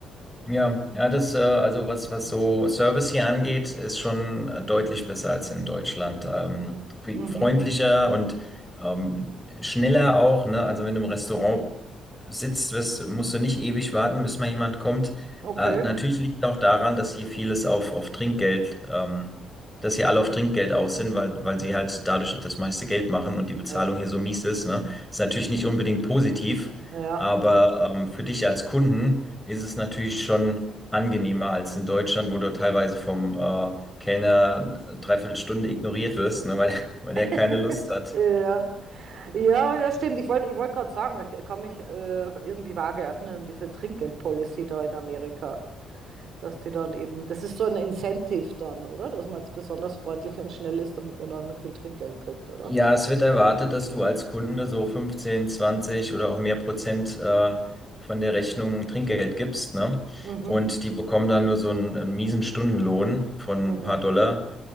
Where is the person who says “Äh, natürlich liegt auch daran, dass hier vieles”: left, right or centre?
Centre